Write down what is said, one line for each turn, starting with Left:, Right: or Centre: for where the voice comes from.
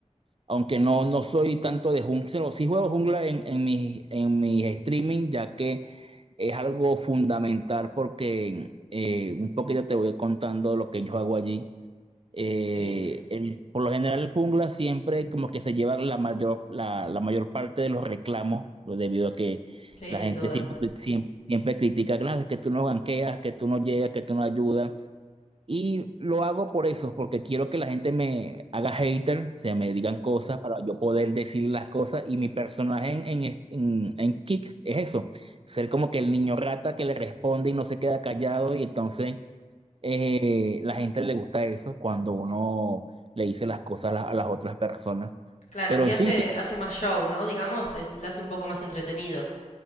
Right: aunque no, no soy tanto de jungla, sí juego jungla en, en mis en mis streaming, ya que es algo fundamental porque eh, un poquito te voy contando lo que yo hago allí. Eh,
Left: Sí.
Right: el, por lo general el jungla siempre como que se lleva la mayor, la, la mayor parte de los reclamos, pues, debido a que
Left: Sí,
Right: la
Left: sin
Right: gente
Left: duda.
Right: siempre, siempre, siempre critica, "Claro, es que tú no ganqueas, que tú no llegas, que tú no ayudas. Y lo hago por eso, porque quiero que la gente me haga hater, o sea, me digan cosas para yo poder decir las cosas. Y mi personaje en, en, es- en, en Kick es eso, ser como que el niño rata que le responde y no se queda callado y entonces... Eh, la gente le gusta eso cuando uno le dice las cosas a las, a las otras personas.
Left: Claro,
Right: Pero
Left: si
Right: en
Left: hace,
Right: sí, sí,
Left: hace más show, ¿no? Digamos, es, la hace un poco más entretenido.